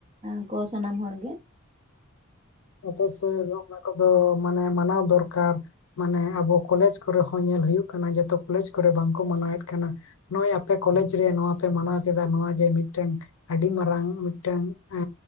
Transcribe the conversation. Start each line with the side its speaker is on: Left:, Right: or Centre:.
Right: ᱮ ᱠᱚ ᱥᱟᱱᱟᱢ ᱦᱚᱲ ᱜᱮᱼᱼ
Left: ᱚᱵᱚᱥᱳᱭ ᱮᱵᱚᱝ ᱚᱱᱟ ᱠᱚᱫᱚ ᱢᱟᱱᱮ ᱢᱟᱱᱟᱣ ᱫᱚᱨᱠᱟᱨ᱾ ᱢᱟᱱᱮ ᱟᱵᱚ ᱠᱚᱞᱮᱡᱽ ᱠᱚᱨᱮ ᱦᱚᱸ ᱧᱮᱞ ᱦᱩᱭᱩᱜ ᱠᱟᱱᱟ ᱡᱚᱛᱚ ᱠᱚᱞᱮᱡᱽ ᱠᱚᱨᱮᱜ ᱵᱟᱝᱠᱚ ᱢᱟᱱᱟᱣᱮᱫ ᱠᱟᱱᱟ᱾ ᱱᱚᱜᱚᱭ ᱟᱯᱮ ᱠᱚᱞᱮᱡᱽ ᱨᱮ ᱱᱚᱣᱟ ᱯᱮ ᱢᱟᱱᱟᱣ ᱠᱮᱫᱟ ᱱᱚᱣᱟ ᱜᱮ ᱢᱤᱫᱴᱟᱝ ᱟᱹᱰᱤ ᱢᱟᱨᱟᱝ ᱢᱤᱫᱴᱟᱝᱼᱼ ᱮ